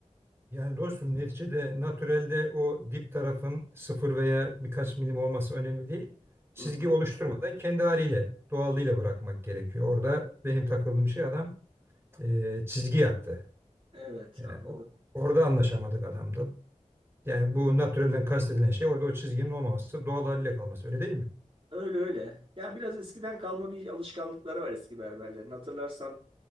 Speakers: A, on the right; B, on the right.
A: Yani dostum neticede natürelde o dip tarafın sıfır veya birkaç milim olması önemli değil. Çizgi
B: Hı hı.
A: oluşturmadan kendi haliyle, doğallığıyla bırakmak gerekiyor. Orada benim takıldığım şey adam e, çizgi yaptı.
B: Evet
A: Yani
B: anladım.
A: o- orada anlaşamadık adamda. Yani bu natürelden kastedilen şey orada o çizginin olmaması, doğal haliyle kalması öyle değil mi?
B: Öyle öyle. Ya biraz eskiden kalma bir alışkanlıkları var eski berberlerin. Hatırlarsan